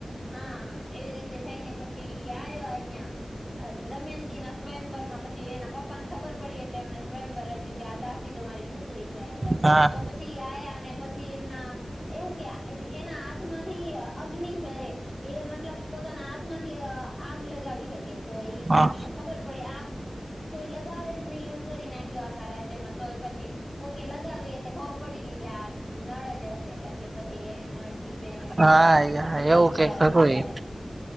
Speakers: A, on the left (about 30°); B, on the right (about 50°).
A: હા એવી રીતે થઈને પછી આવ્યો અહં દમયંતી ના સ્વયંવર પછી એના પપ્પાને ખબર પડી એટલે એમણે સ્વયંવર રચ્યું કે આ દાસ રી પુત્રી છે એટલે
B: હા
A: તો પછી આયા અને પછી એમના એવું કે એના હાથમાંથી અગ્નિ જરે મતલબ પોતાના આગ લગાવી શકે. તો એ
B: હા
A: પછી ખબર પડી આગ કોઈ લગાવે જ નઈ એવું કરી નાખ્યું આખા રાજ્યમાં તોય પછી કોકે લગાવી એટલે <unintelligible> પડી ગઈ કે આ નળ જ હશે એટલે પસી એ નળ કી પેરણીને
B: હા
A: પછી
B: એવું
A: એ ગયા
B: કઈક હતું
A: એમના ઘરે
B: એ